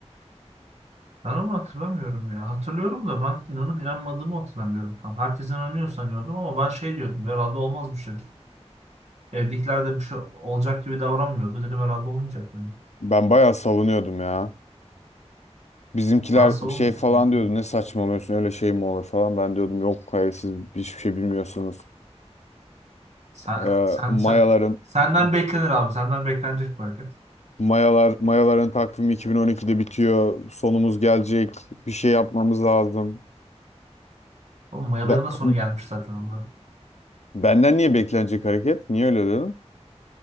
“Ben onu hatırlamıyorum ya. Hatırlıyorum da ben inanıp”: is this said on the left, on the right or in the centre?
Right